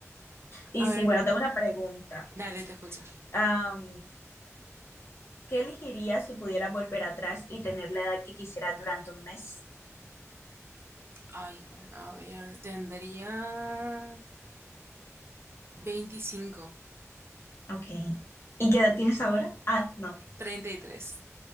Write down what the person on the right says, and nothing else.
A
ver,
dale, te escucha.
Ay, hijo, a ver, tendría veinticinco
treinta y tres